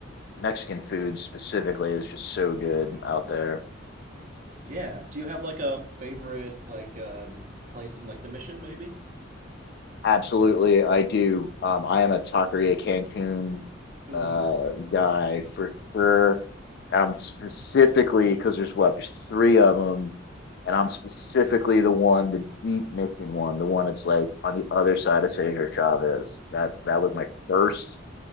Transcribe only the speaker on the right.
Uh,
yeah. Do you have like a favorite like um place in like the mission maybe?
Ooh,